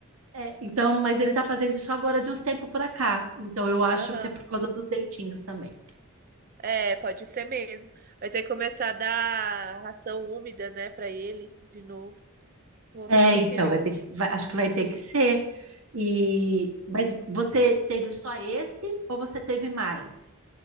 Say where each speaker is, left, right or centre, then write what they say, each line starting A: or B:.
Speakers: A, on the right (about 90°); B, on the right (about 45°).
A: É, então, mas ele tá fazendo isso agora de uns tempos pra cá. Então, eu acho
B: Aham.
A: que é por causa dos dentinhos também.
B: É, pode ser mesmo. Vai ter que começar a dar ração úmida, né, pra ele de novo. Voltar
A: É,
B: a ser
A: então,
B: filhote.
A: vai ter, que- vai- acho que vai ter que ser. E, mas você teve só esse ou você teve mais?